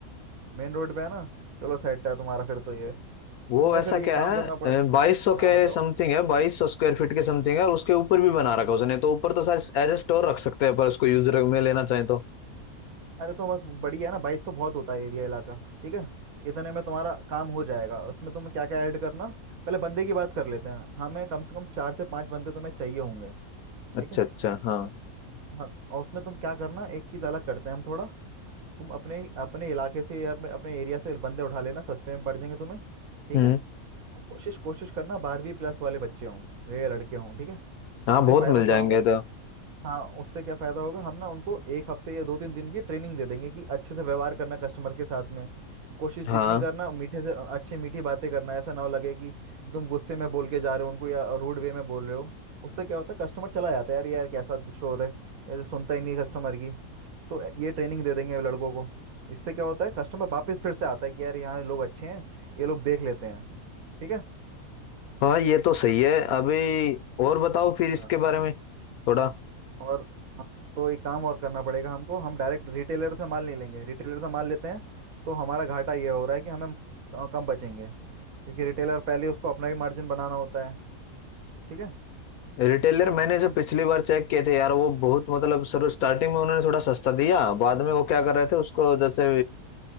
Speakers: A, on the right; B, on the left.
A: मेन रोड पे है ना चलो सेट है तुम्हारा फिर तो ये
B: वो
A: तुम्हें
B: ऐसा
A: फिर ये
B: क्या
A: काम
B: है
A: करना पड़े
B: बाईस सौ
A: हाँ
B: के
A: बताओ
B: समथिंग है बाईस सौ स्क्वायर फीट के समथिंग है और उसके ऊपर भी बना रखा है उसने तो ऊपर तो शायद एज ए स्टोर रख सकते हैं पर उसको यूजर में लेना चाहे तो
A: अरे तो बस बढ़िया है ना बाईस सौ बहुत होता है एरिया इलाका ठीक है इतने में तुम्हारा काम हो जाएगा उसमें तुम्हें क्या क्या ऐड करना पहले बंदे की बात कर लेते हैं हमें कम से कम चार से पांच बंदे तुम्हें चाहिए होंगे
B: अच्छा
A: ठीक है
B: अच्छा हाँ
A: हाँ और उसमें तुम क्या करना एक चीज़ अलग करते हैं हम थोड़ा तुम अपने अपने इलाके से या अपने, अपने एरिया से बंदे उठा लेना सस्ते में पड़ जाएंगे तुम्हें ठीक
B: हम्म
A: है और कोशिश कोशिश करना बारहवीं प्लस वाले बच्चे हों ये लड़के हों ठीक है
B: हाँ
A: उससे
B: बहुत
A: फ़ायदा
B: मिल
A: क्या
B: जाएंगे
A: होगा
B: तो
A: हाँ उससे क्या फायदा होगा हम ना उनको एक हफ्ते या दो तीन दिन की ट्रेनिंग दे देंगे कि अच्छे से व्यवहार करना कस्टमर के साथ में कोशिश जितनी
B: हाँ
A: करना मीठे से अच्छे मीठी बातें करना ऐसा ना हो लगे कि तुम गुस्से में बोल के जा रहे हो उनको या रूड वे में बोल रहे हो उससे क्या होता है कस्टमर चला जाता है यार यार कैसा शोर है यार सुनता ही नहीं कस्टमर की तो ये ट्रेनिंग दे देंगे लड़कों को इससे क्या होता है कस्टमर वापस फिर से आता है कि यार यहाँ लोग अच्छे हैं ये लोग देख लेते हैं ठीक है
B: हाँ ये तो सही है अभी और बताओ फिर इसके
A: हाँ
B: बारे में थोड़ा
A: और हाँ, तो एक काम और करना पड़ेगा हमको हम डायरेक्ट रिटेलर से माल नहीं लेंगे रिटेलर से माल लेते हैं तो हमारा घाटा ये हो रहा है कि हमें अ, कम बचेंगे क्योंकि रिटेलर पहले उसको अपना भी मार्जिन बनाना होता है ठीक है
B: रिटेलर मैंने
A: तो
B: जो
A: हम
B: पिछली बार चेक किए थे यार वो बहुत मतलब सर स्टार्टिंग में उन्होंने थोड़ा सस्ता दिया बाद में वो क्या कर रहे थे उसको जैसे